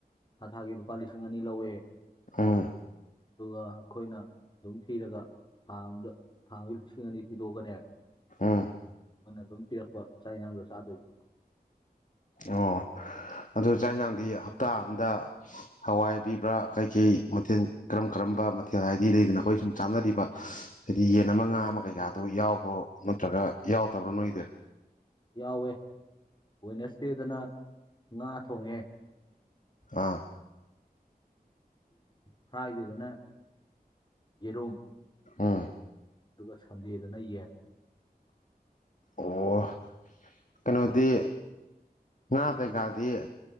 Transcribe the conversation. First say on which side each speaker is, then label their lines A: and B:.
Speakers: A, on the left; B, on the left.
A: ꯊꯥ ꯊꯥꯒꯤ ꯂꯨꯄꯥ ꯂꯤꯁꯤꯡ ꯑꯅꯤ ꯂꯧꯋꯦ
B: ꯎꯝ
A: ꯑꯗꯨꯒ ꯑꯈꯣꯏꯅ ꯑꯗꯨꯝ ꯊꯤꯔꯒ ꯊꯥ ꯑꯃꯗ ꯊꯥ ꯑꯃꯒꯤ ꯂꯤꯁꯤꯡ ꯑꯅꯤ ꯊꯤꯗꯣꯛꯑꯒꯅꯦ
B: ꯎꯝ
A: ꯃꯣꯏꯅ ꯑꯗꯨꯝ ꯄꯤꯔꯛꯄ ꯆꯥꯛ ꯏꯟꯁꯥꯡꯗꯣ ꯆꯥꯗꯣꯏꯕ
B: ꯑꯣ ꯑꯗꯨ ꯆꯥꯛ ꯏꯟꯁꯥꯡꯗꯤ ꯍꯞꯇꯥ ꯑꯝꯗ ꯍꯋꯥꯏ ꯄꯤꯕ꯭ꯔꯥ ꯀꯩ ꯀꯩ ꯃꯊꯦꯜ ꯀꯔꯝ ꯀꯔꯝꯕ ꯃꯊꯦꯜ ꯍꯥꯏꯗꯤ ꯂꯩꯗꯅ ꯑꯈꯣꯏ ꯁꯨꯝ ꯆꯥꯟꯅꯔꯤꯕ ꯍꯥꯏꯗꯤ ꯌꯦꯟ ꯑꯃ ꯉꯥ ꯑꯃ ꯀꯩꯀꯥꯗꯣ ꯌꯥꯎꯕ꯭ꯔꯣ ꯅꯠꯇ꯭ꯔꯒ ꯌꯥꯎꯗꯕ꯭ꯔꯣ ꯅꯣꯏꯒꯤꯗꯤ
A: ꯌꯥꯎꯋꯦ ꯋꯦꯅꯥꯁꯗꯦꯗꯅ ꯉꯥ ꯊꯣꯡꯉꯦ
B: ꯑꯥ
A: ꯐ꯭ꯔꯥꯏꯗꯦꯗꯅ ꯌꯦꯔꯨꯝ
B: ꯎꯝ
A: ꯑꯗꯨꯒ ꯁꯟꯗꯦꯗꯅ ꯌꯦꯟ
B: ꯑꯣ ꯀꯩꯅꯣꯗꯤ ꯉꯥ ꯀꯩ ꯀꯥꯗꯤ